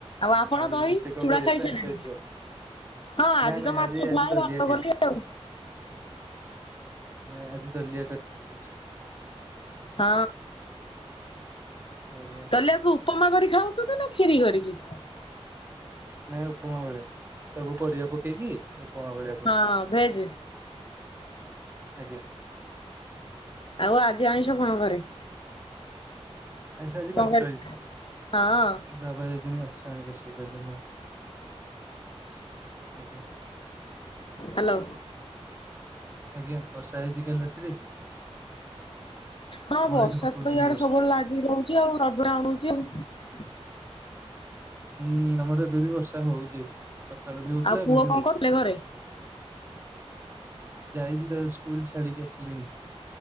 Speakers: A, on the left; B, on the right.
A: ଆପଣ
B: ଆଉ
A: ଦହି
B: ରୋଷେଇ କଣ
A: ଚୁଡା
B: କରିବ
A: ଖାଇସାରିଲେଣି?
B: ପ୍ରାଏ ସୋଇଥିବ।
A: ହଁ
B: ନାଇଁ
A: ତ
B: ନାଇଁ
A: ମାଛ
B: ଆଜି
A: ଫ୍ରାଏ
B: ଆଜି ଦଲିଆ
A: ଭାତ
B: ଖାଇଛି।
A: କଲି ଆଉ
B: ନାଇଁ ଆଜି ଦଲିିଆ କରିତି ଖାଇଛି।
A: ହଁ।
B: ଆଜ୍ଞା।
A: ତାହେଲେ ଆକୁ ଉପମା କରିକି ଖାଉଛନ୍ତି ନା ଖିରିକରିକି?
B: ନାଇଁ ଉପମା ଭଳିଆ। ସବୁ ପରିବା ପକେଇକି ଉପମା ଭଳିଆ କରୁଛୁ।
A: ହଁ ଭେଜ
B: ଆଜ୍ଞା।
A: ଆଉ ଆଜି ଆଇଁସ କଣ ଘରେ?
B: ଆଇଁଷ ଆଜି
A: କଣ
B: ମାର୍ଛ
A: କରି
B: ହେଇଚି।
A: ହଁ
B: ବାବା ଜାଇଛନ୍ତି ମାଛ ଆଣିକି ଆସିବେ କହିଲେ ମା। ଆଜ୍ଞା।
A: ହାଲୋ।
B: ଆଜ୍ଞା ବର୍ଷା ହେଇଛି କାଲିରାତିରେ କି?
A: ହଁ ବର୍ଷା
B: ଏଠି ପକଉଛି
A: ତ ଇଆଦେ
B: ବି ବର୍ଷା
A: ସବୁବେଳେ ଲାଗି ରହୁଛି ଆଉ ରାଗଡା ଆଣଉଛି ଆଉ।
B: ହୁଁ ଆମର ଏବେ ବି ବର୍ଷା ହଉଛି ଏବେ ସକାଳୁ ବି ହଉଥିଲା
A: ଆଉ ପୁଅ
B: ଏବେ ବି
A: କଣ
B: ହଉଛି।
A: କରୁଥିଲେ ଘରେ?
B: ଯାଇଚି ତା ସ୍କୁଲ ଛାଡିିକି ଆସିଲିଣି।